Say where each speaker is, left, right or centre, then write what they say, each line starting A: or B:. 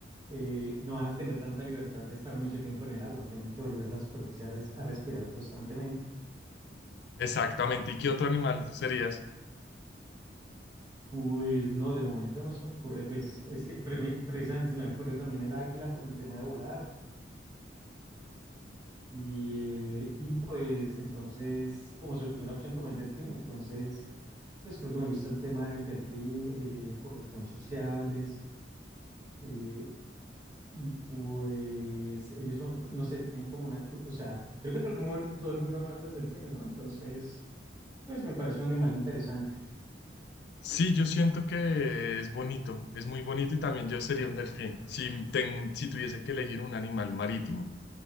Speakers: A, on the right; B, on the left.
A: eh, no van a tener tanta libertad de estar mucho tiempo en el agua, tienen que volver a la superficie a, res- a respirar constantemente.
B: Exactamente. ¿Y qué otro animal serías?
A: Pues no, de momento no se me ocurre, pues es que pre- precisamente se me ha ocurrido también el águila por el tema de volar y, eh, y pues entonces como segunda opción tomé el delfín, entonces pues creo que me gusta el tema del delfín, eh, por lo que son sociables Eh, y pues ellos son, co- no sé, tienen como una cultura, o sea, creo que todo el mundo, todo el mundo ama a los delfines, ¿no? Entonces, pues me parece un animal interesante.
B: Sí, yo siento que es bonito, es muy bonito y también yo sería un delfín, si, ten- si tuviese que elegir un animal marítimo.